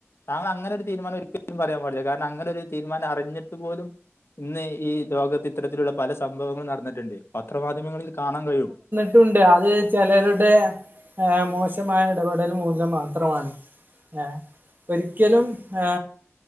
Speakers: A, on the left (about 60°); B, on the right (about 45°).
A: താങ്കൾ അങ്ങനെ ഒരു തീരുമാനം <unintelligible> ഒരിക്കലും പറയ്യാൻപാടില്ല കാരണം അങ്ങനെ ഒരു തീരുമാനം അറിഞ്ഞിട്ട് പോലും ഇന്ന് ഈ ലോകത്ത് ഇത്തരത്തിലുള്ള പല സംഭവങ്ങൾ നടന്നിട്ടുണ്ട് പത്രമാധ്യമങ്ങളിൽ കാണാൻ കഴിയോ
B: ട്ടുണ്ട് അത് ചിലരുടെ മോശമായ ഇടപെടൽ മൂലം മാത്രമാണ് ഏ ഒരിക്കലും ഏ.